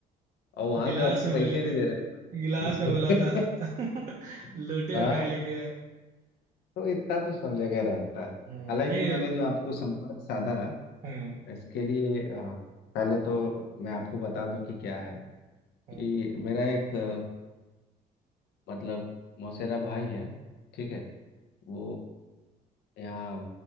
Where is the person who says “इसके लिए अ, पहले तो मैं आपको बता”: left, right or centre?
Left